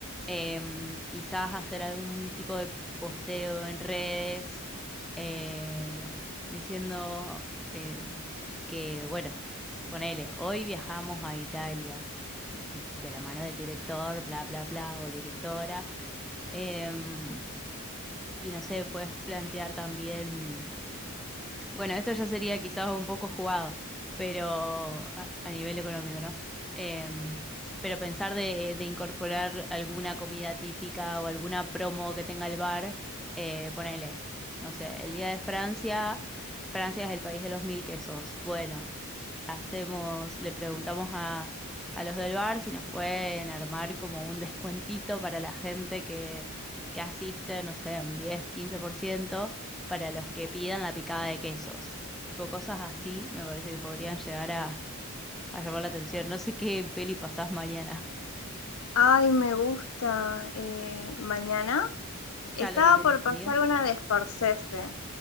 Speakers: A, in the centre; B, on the left.
A: em, quizás hacer algún tipo de posteo en redes eh, diciendo eh, que, bueno, ponele, hoy viajamos a Italia de la mano del director, bla, bla, bla, o directora. Em, y no sé, puedes plantear también bueno, esto ya sería quizás un poco jugado, pero a, a nivel económico, ¿no? Eh, pero pensar de, de incorporar alguna comida típica o alguna promo que tenga el bar, eh, ponele, no sé, el Día de Francia, Francia es el país de los mil quesos. Bueno, hacemos, le preguntamos a, a los del bar si nos pueden armar como un descuentito para la gente que asiste, no sé, un diez quince por ciento para los que pidan la picada de quesos. Tipo cosas así me parece que podrían llegar a, a llamar la atención. No sé qué peli pasás mañana.
B: Ay, me gusta. eh, mañana.
A: <laughs>
B: Estaba
A: ¿Ya lo tienen
B: por
A: definido?
B: pasar una de Scorsese,